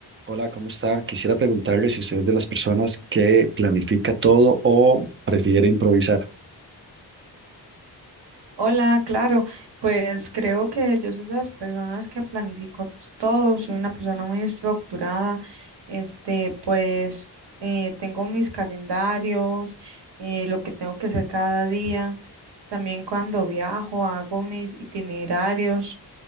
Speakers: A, on the right; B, on the right.
A: Hola, ¿cómo está? Quisiera preguntarle si usted es de las personas que planifica todo o prefiere improvisar.
B: Hola, claro, pues creo que yo soy de las personas que planifico t- todo, soy una persona muy estructurada, este, pues eh, tengo mis calendarios, eh, lo que tengo que hacer cada día, también cuando viajo hago mis itinerarios,